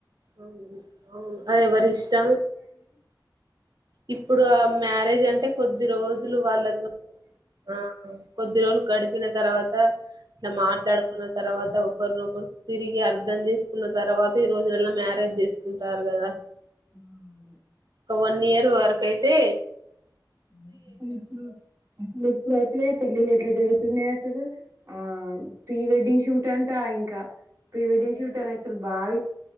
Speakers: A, on the right; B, on the right.
A: అవును అవును అది ఎవరి ఇష్టం ఇప్పుడు ఆ మ్యారేజ్ అంటే కొద్ది కొద్ది రోజులు వాళ్ళతో ఆ కొద్ది రోజులు గడిపిన తర్వాత ఇట్లా మాట్లాడుకున్న తర్వాత ఒకరినొకరు తిరిగి అర్ధం చేసుకున్న తర్వాత ఈ రోజులలో మ్యారేజ్ చేసుకుంటారు కదా
B: ఉమ్
A: ఒక వన్ ఇయర్ వరకయితే
B: ఉ ఉహుహు ఉమ్ ఇప్పుడైతే పెళ్ళిళ ఎట్లా జరుగుతున్నాయి అసలు ఆ ప్రీ వెడ్డింగ్ షూట్ అంటా ఇంకా ప్రీవెడ్డింగు షూట్ అనేసరి బాగ